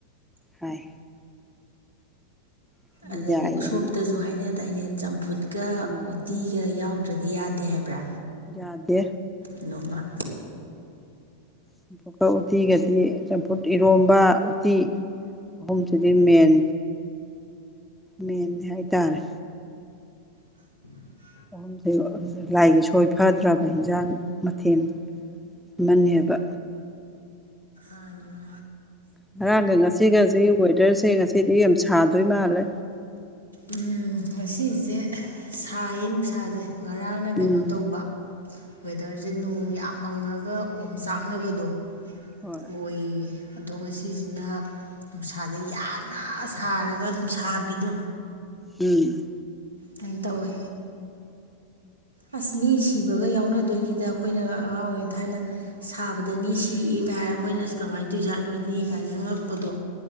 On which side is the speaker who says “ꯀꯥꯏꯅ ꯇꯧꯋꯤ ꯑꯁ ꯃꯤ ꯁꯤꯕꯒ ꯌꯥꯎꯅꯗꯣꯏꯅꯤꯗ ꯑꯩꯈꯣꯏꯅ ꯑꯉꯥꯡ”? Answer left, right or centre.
Right